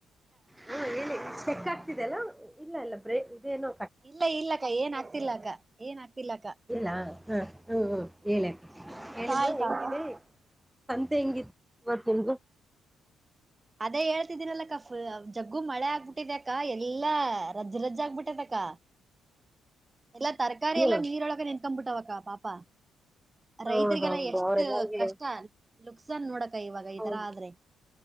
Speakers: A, in the centre; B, on the right (about 20°).
A: ಹ ಹೇಳಿ ಚೆಕ್ ಆಗ್ತಿದೆ ಎಲ್ಲ ಇಲ್ಲ ಇಲ್ಲ ಬ್ರೇಕ್ ಇದೇನು
B: ಇಲ್ಲ ಇಲ್ಲ ಅಕ್ಕ ಏನ್ ಆಗ್ತಿಲ್ಲ ಅಕ್ಕ ಏನ್ ಆಗ್ತಿಲ್ಲಕ್ಕ.
A: ಇಲ್ಲ ಹಾ ಹ್ಮ್ ಹ್ಮ್ ಹೇಳ ಹೇಳಿಮ್ಮ
B: ಚಾ ಆಯ್ತಾ
A: ಹೆಂಗಿದೆ?
B: ಅಕ್ಕ
A: ಸಂತೆ ಹೆಂಗಿತ್ತು ಇವತ್ತಿಂದು?
B: ಅದೇ ಹೇಳ್ತಿದ್ದೀನಲ್ಲಕ್ಕ ಜಗ್ಗು ಮಳೆ ಆಗ್ಬಿಟ್ಟಿದೆಕ್ಕ ಎಲ್ಲಾ ರಜ್ಜ ರಜ್ಜೆ ಆಗ್ಬಿಟ್ಟಿದೆಕ್ಕ.
A: <inaudible>
B: ಎಲ್ಲಾ ತರಕಾರಿ ಎಲ್ಲಾ
A: ಹ
B: ನೀರೊಳಗ ನಿಂತ್ಕೋಬಿಟ್ಟವಕ್ಕ ಪಾಪ. ರೈತರಿಗೆಲ್ಲ
A: ಹೌದೌದು
B: ಎಷ್ಟ
A: ಅವ್ರೆಲ್ಲರ್ಗೆ
B: ಕಷ್ಟ ಲುಕ್ಸನ್ ನೋಡಕ ಇವಾಗ ಈ
A: ಹೌದು
B: ತರ ಆದ್ರೆ.